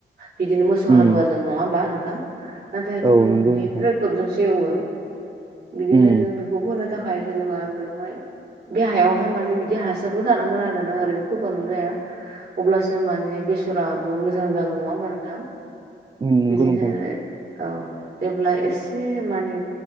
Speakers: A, on the right; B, on the right.
A: बिदिनो मोसौ हालुवाजों
B: उम
A: नङा होनोमबा नोंथां? नाथाय आथिखालाव
B: औ नंगौ
A: बिदि
B: नोंथां
A: ट्रेक्टर जोंसो एवो बिदिनो
B: उम
A: जों बेखौ फोनो था खाय जेनेबा बेवहाय बेे हायावहाय माने बिदि हासारबो दानांगोन आरोना ओरैनो फोबालल' जाया। अब्लासो माने बेसराबो मोजां जागोन नङा होमबा नोंथां।
B: उम नंगौ
A: बिदिनो
B: नोंथां
A: औ जेब्ला एसे एसे माने